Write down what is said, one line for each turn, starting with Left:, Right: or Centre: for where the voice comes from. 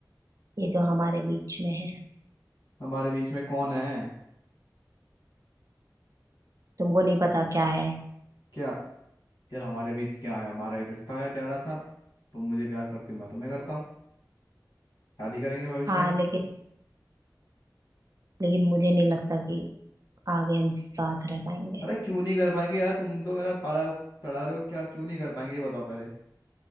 Right: ये जो हमारे बीच में है
Left: हमारे बीच में कौन है
Right: तुमको नहीं पता क्या है
Left: क्या यार हमारे बीच क्या है हमारा एक रिश्ता है प्यारा सा तुम मुझे प्यार करती हो मैं तुम्हें करता हूँ शादी करेंगे भविष्य
Right: हाँ
Left: में
Right: लेकिन लेकिन मुझे नहीं लगता कि आगे हम साथ रह पाएंगे
Left: अरे क्यों नहीं कर पाएंगे यार तुम तो मेरा पारा चढ़ा रहे हो क्या क्यों नहीं कर पाएंगे ये बताओ पहले